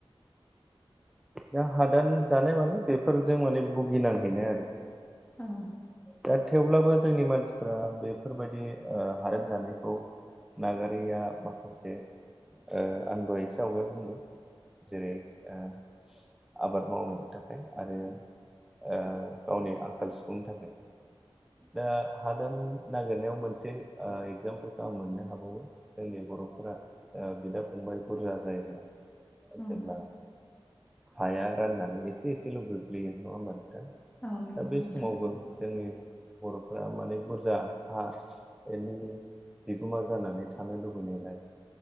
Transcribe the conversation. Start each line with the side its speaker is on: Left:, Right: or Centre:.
Centre: दा हादान जानाय माने बेफोरजों माने भुगिनांहैनाय आरो
Left: औ
Centre: दा थेवब्लाबो जोंनि मानसिफोरा बेफोरबायदि ओ हादान जानायखौ नागारिया माखासे ओ आं दहाय इसे आवगायाव बुंदों जेरै ओ आबाद मावनो थाखाय आरो ओ गावनि आंखाल सफुंनो थाखाय दा हादान नागिरनायाव मोनसे एगजामपोलखौ आं मोननो हाबावो जोंनि बर'फोरा बिदा फंबाय बुरजा जायोब्ला
Left: औ
Centre: जेब्ला हाया राननानै एसे एसेल' गोग्लैयो नङा होमबानो दा
Left: औ नंगौ
Centre: दा बे
Left: नोंथां
Centre: समावबो जोंनि बर'फोरा माने बुरजा हा एनि बिगोमा जानानै थानो लुबैनायलाय